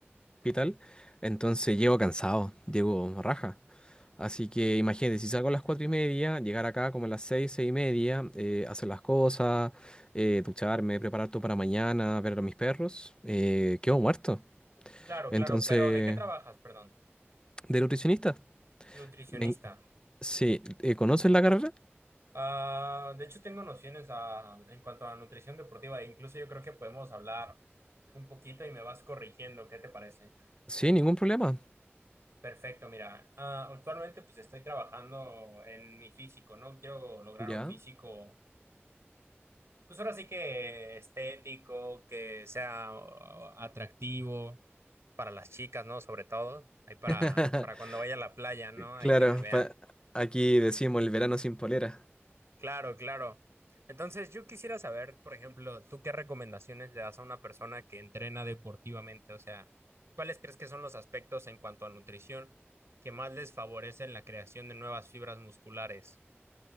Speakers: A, on the left; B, on the right.
A: y tal, entonces llego cansado, llego raja. Así que imagínate, si salgo a las 4 y media, llegar acá como a las 6, 6 y media, eh, hacer las cosas, eh, ducharme, preparar todo para mañana, ver a mis perros, eh, quedo muerto.
B: Claro,
A: Entonces,
B: claro, pero ¿de qué trabajas? Perdón,
A: de nutricionista.
B: nutricionista.
A: Me, Sí, eh, ¿conoces la carrera?
B: Ah, de hecho, tengo nociones a- en cuanto a nutrición deportiva. e Incluso yo creo que podemos hablar un poquito y me vas corrigiendo. ¿Qué te parece?
A: Sí, ningún problema.
B: Perfecto, mira, ah, actualmente pues estoy trabajando en mi físico, ¿no? Quiero lograr
A: Ya.
B: un físico Pues ahora sí que estético, que sea uh, atractivo para las chicas, ¿no? Sobre todo, ahí para,
A: <laughs>
B: para cuando vaya a la playa, ¿no?
A: Claro,
B: Ahí que me vean.
A: pa- aquí decimos el verano sin polera.
B: Claro, claro. Entonces, yo quisiera saber, por ejemplo, ¿tú qué recomendaciones le das a una persona que entrena deportivamente? O sea, ¿cuáles crees que son los aspectos en cuanto a nutrición que más les favorecen la creación de nuevas fibras musculares?